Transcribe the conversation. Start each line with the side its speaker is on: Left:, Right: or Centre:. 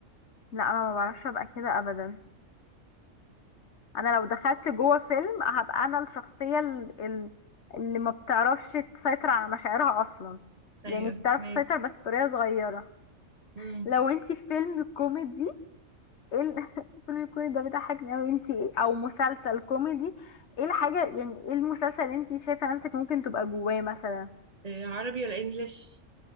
Left: لا انا ما بعرفش ابقى كده ابدا انا لو دخلت جوه فيلم هبقى انا الشخصيه ال- ال- اللي ما بتعرفش تسيطر على مشاعرها اصلا
Right: ايوه
Left: يعني بتعرف
Right: فاهمك
Left: تسيطر بس بطريقه صغيره
Right: امم
Left: لو انتي في فيلم كوميدي ايه ال- <laughs> الفيلم الكوميدي ده بيضحكني اوي انتي إيه- او مسلسل كوميدي ايه الحاجه يعني ايه المسلسل اللي انتي شايفه نفسك ممكن تبقى جواه مثلا
Right: آه، عربي ولا انجليش